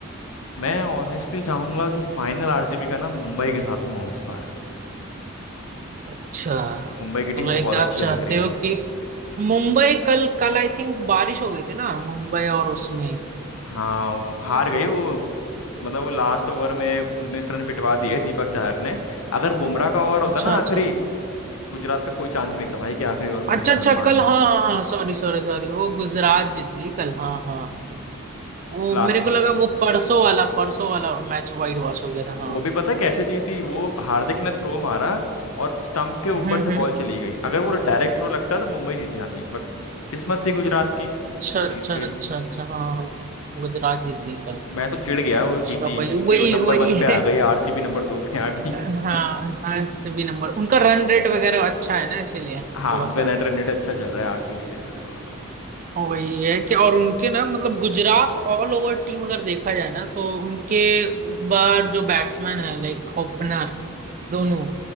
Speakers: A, on the left; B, on the right.
A: मैं ऑनेस्टली चाहूंगा कि फाइनल आरसीबी का ना मुंबई के साथ में हो इस बार
B: अच्छा
A: मुंबई की टीम
B: तो लाइक
A: बहुत
B: आप
A: अच्छी
B: चाहते
A: लग रही है
B: हो कि मुंबई कल कल आई थिंक बारिश हो गई थी ना मुंबई और उसमें
A: हाँ वो हार गई वो मतलब वो लास्ट ओवर में उन्नीस रन पिटवा दिए दीपक चाहर ने अगर बुमराह का ओवर होता
B: अच्छा
A: ना
B: अच्छा
A: आखिरी गुजरात का कोई चांस नहीं था भाई कि आखिरी ओवर में
B: अच्छा
A: उन्नीस
B: अच्छा
A: रन मार
B: कल
A: दें
B: हाँ हाँ हाँ सॉरी सॉरी सॉरी वो गुजरात जीत गई कल हाँ हाँ वो
A: लास्ट
B: मेरे को लगा वो परसों वाला परसों वाला मैच वाइट वॉश हो गया था हाँ
A: वो भी पता है कैसे जीती वो हार्दिक ने थ्रो मारा और स्टंप के ऊपर
B: हम्म
A: से बॉल
B: हम्म
A: चली गई अगर वो डायरेक्ट थ्रो लगता तो मुंबई जीत जाती बट किस्मत थी गुजरात की
B: अच्छा
A: जीत
B: अच्छा
A: गई
B: अच्छा अच्छा हाँ हाँ। हाँ। गुजरात जीत गई कल
A: मैं तो चिढ़ गया
B: अच्छा
A: वो जीती
B: भाई
A: क्योंकि
B: वही
A: वो नंबर
B: वही
A: वन पे आ
B: है
A: गई आरसीबी नंबर दो पे आ गई
B: हाँ
A: <laughs>
B: आरसीबी नंबर उनका रन रेट वगैरह अच्छा है ना इसीलिए थोड़ा
A: हाँ
B: सा
A: कर्नाटक रेट अच्छा चल रहा है आरसीबी से इस टाइम थोड़ा सा
B: और वही है कि और उनके ना मतलब गुजरात ऑल ओवर टीम अगर देखा जाए ना तो उनके इस बार जो बैट्समैन है लाइक ओपनर दोनों